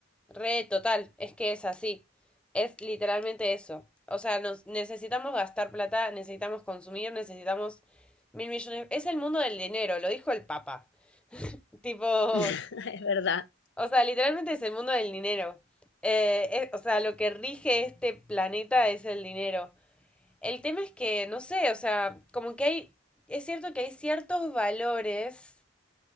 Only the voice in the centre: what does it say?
Re total, es que es así. Es literalmente eso. O sea, nos necesitamos gastar plata, necesitamos consumir, necesitamos mil millones. Es el mundo del dinero, lo dijo el Papa. Tipo,
o sea, literalmente es el mundo del dinero. Eh, es- o sea, lo que rige este planeta es el dinero. El tema es que, no sé, o sea, como que hay, es cierto que hay ciertos valores.